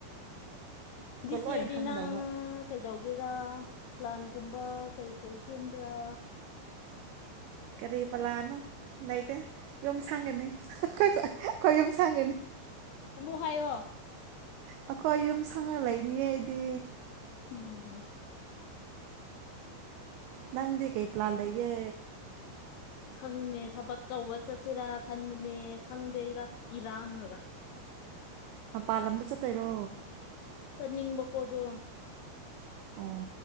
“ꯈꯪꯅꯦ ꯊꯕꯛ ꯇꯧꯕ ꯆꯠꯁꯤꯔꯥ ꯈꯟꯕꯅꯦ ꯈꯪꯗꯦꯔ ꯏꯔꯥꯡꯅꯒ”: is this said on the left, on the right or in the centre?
Left